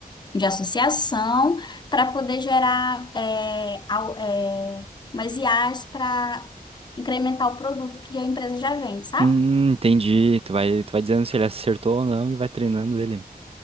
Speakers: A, on the left; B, on the right.
A: de associação para poder gerar é, au- é, umas IAs para incrementar o produto que a empresa já vende, sabe?
B: Hum, entendi. Tu vai, tu vai dizendo se ele acertou ou não e vai treinando ele.